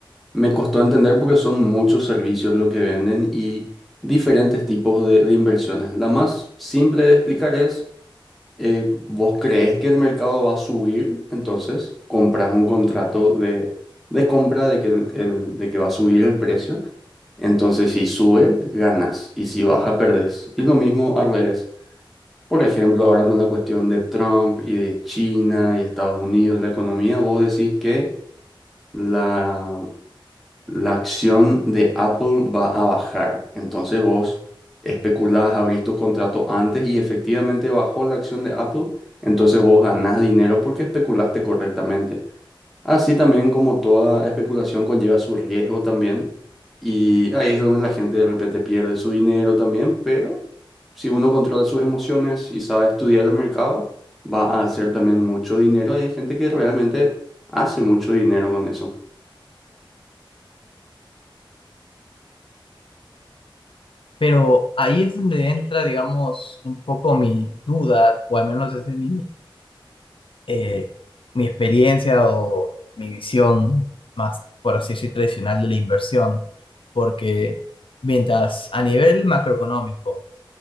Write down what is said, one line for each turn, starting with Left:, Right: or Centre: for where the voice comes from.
Centre: Me costó entender porque son muchos servicios lo que venden y diferentes tipos de, de inversiones. La más simple de explicar es, eh, vos crees que el mercado va a subir, entonces compras un contrato de, de compra de que, el, el- de que va a subir el precio. Entonces si sube, ganas y si baja, perdés. Y lo mismo al revés. Por ejemplo, ahora con la cuestión de Trump y de China y Estados Unidos, la economía, vos decís que... La la acción de Apple va a bajar. Entonces vos especulás, abrís tus contratos antes y efectivamente bajó la acción de Apple. Entonces vos ganás dinero porque especulaste correctamente. Así también como toda especulación conlleva su riesgo también. Y ahí es donde la gente de repente pierde su dinero también. Pero si uno controla sus emociones y sabe estudiar el mercado, va a hacer también mucho dinero. Hay gente que realmente hace mucho dinero con eso.
Left: Pero ahí es donde entra, digamos, un poco mi duda, o al menos desde mi, eh, mi experiencia o mi visión más, por así decir, tradicional de la inversión, porque mientras a nivel macroeconómico,